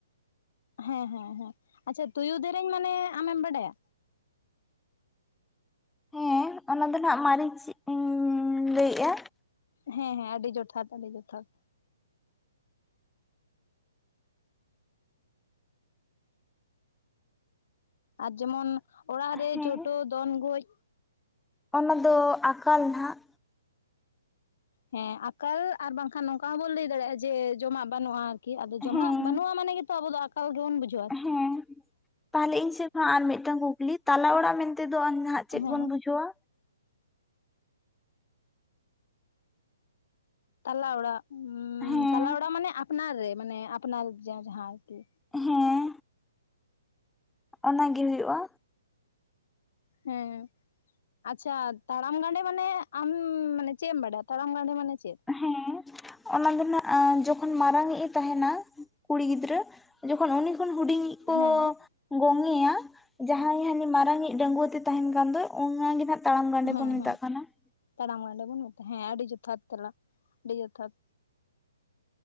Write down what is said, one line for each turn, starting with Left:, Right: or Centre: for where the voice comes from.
Left: ᱦᱮᱸ- ᱦᱮᱸ ᱦᱮᱸ ᱟᱪᱪᱷᱟ ᱛᱩᱭᱩ ᱫᱮᱨᱮᱧ ᱢᱟᱱᱮ ᱟᱢᱮᱢ ᱵᱟᱰᱟᱭᱟ᱾
Centre: ᱦᱮᱸ ᱚᱱᱟ ᱫᱚ ᱱᱟᱜ ᱢᱟᱹᱨᱤᱪ ᱤᱧᱸ ᱞᱟᱹᱭᱮᱜᱼᱟ᱾
Left: ᱦᱮᱸ ᱦᱮᱸ ᱟᱹᱰᱤ ᱡᱚᱛᱷᱟᱛ ᱟᱹᱰᱤ ᱡᱚᱛᱷᱟᱛ᱾ ᱟᱨ ᱡᱮᱢᱚᱱ ᱚᱲᱟᱜ ᱨᱮ
Centre: ᱦᱮᱸ
Left: ᱪᱚᱴᱚ ᱫᱚᱱ ᱜᱳᱡ᱾
Centre: ᱚᱱᱟ ᱫᱚ ᱟᱠᱟᱞ ᱱᱟᱦᱟᱼᱜ᱾
Left: ᱦᱮᱸ ᱟᱠᱟᱞ ᱟᱨ ᱵᱟᱝᱠᱷᱟᱱ ᱱᱚᱝᱠᱟ ᱦᱚᱸᱵᱚᱱ ᱞᱟᱹᱭ ᱫᱟᱲᱮᱭᱟᱜᱼᱟ, ᱡᱮ ᱡᱚᱢᱟᱜ ᱵᱟᱹᱱᱩᱜᱼᱟ᱾ ᱠᱤ ᱟᱫᱚ ᱡᱚᱢᱟᱜᱼᱟ
Centre: ᱦᱮᱸ
Left: ᱵᱟᱱᱩᱜ ᱢᱟᱱᱮ ᱜᱮ ᱛᱚ ᱟᱵᱚ ᱫᱚ ᱟᱠᱟᱞ ᱜᱮ ᱵᱟᱱᱜ ᱵᱩᱡᱷᱣᱼᱟ᱾
Centre: ᱦᱮᱸ ᱛᱟᱦᱚᱞᱮ ᱤᱧ ᱥᱮᱫ ᱠᱷᱱᱟᱜ ᱟᱨ ᱢᱤᱫᱴᱟᱝ ᱠᱩᱠᱞᱤ᱾ ᱛᱟᱞᱟ ᱚᱲᱟᱜ ᱢᱮᱱᱛᱮᱮᱫᱚ ᱱᱟᱦᱟᱜ ᱪᱮᱫ
Left: ᱦᱮᱸ
Centre: ᱵᱚᱱ ᱵᱩᱡᱷᱟᱹᱣᱼᱟ?
Left: ᱛᱟᱞᱟ ᱚᱲᱟᱜ ᱩᱸ
Centre: ᱦᱮᱸ
Left: ᱛᱟᱞᱟ ᱚᱲᱟᱜ ᱢᱟᱱᱮ ᱟᱯᱱᱟᱨ ᱨᱮ ᱢᱟᱱᱮ ᱟᱯᱱᱟᱨ ᱡᱟᱦᱟᱸ ᱡᱟᱦᱟᱸ ᱟᱨᱠᱤ᱾
Centre: ᱦᱮᱸ ᱚᱱᱟᱜᱮ ᱦᱩᱭᱩᱜᱼᱟ᱾
Left: ᱦᱩᱸ ᱟᱪᱪᱷᱟ ᱛᱟᱲᱟᱢ ᱜᱟᱸᱰᱮ ᱢᱟᱱᱮ ᱟᱢ ᱢᱟᱱᱮ ᱪᱮᱫ ᱮᱢ ᱵᱟᱰᱟᱭᱟ᱾ ᱛᱟᱲᱟᱢ ᱜᱟᱸᱰᱮ ᱢᱟᱱᱮ ᱪᱮᱫ?
Centre: ᱦᱮᱸ ᱚᱱᱟ ᱫᱚ ᱱᱟᱜ ᱡᱚᱠᱷᱚᱱ ᱢᱟᱨᱟᱝᱼᱤᱡ ᱮ ᱛᱟᱦᱮᱱᱟ᱾ ᱠᱩᱲᱤ ᱜᱤᱫᱽᱨᱟᱹ ᱡᱚᱠᱷᱚᱱ ᱩᱱᱤ ᱠᱷᱚᱱ ᱦᱩᱰᱤᱧᱼᱤᱡ ᱠᱚ
Left: ᱦᱮᱸ
Centre: ᱜᱚᱝᱮᱭᱟ ᱡᱟᱦᱟᱸᱭ ᱦᱟᱹᱱᱤ ᱢᱟᱨᱟᱝᱼᱤᱡ ᱰᱟᱺᱜᱩᱭᱣᱟᱹ ᱛᱮ ᱛᱟᱦᱮᱱ ᱠᱟᱱ ᱫᱚᱭ ᱚᱱᱟᱜ ᱜᱮ ᱱᱟᱜ ᱛᱟᱲᱟᱢ ᱜᱟᱸᱰᱮ
Left: ᱦᱮᱸ
Centre: ᱵᱚᱱ ᱢᱮᱛᱟᱜ
Left: ᱦᱮᱸ
Centre: ᱠᱟᱱᱟ ᱾
Left: ᱛᱟᱲᱟᱢ ᱜᱟᱸᱰᱮ ᱵᱚᱱ ᱢᱮᱛᱟᱜᱼᱟ ᱾ᱦᱮᱸ, ᱟᱹᱰᱤ ᱡᱚᱛᱷᱟᱛ ᱛᱮᱞᱟ ᱟᱹᱰᱤ ᱡᱚᱛᱷᱟᱛ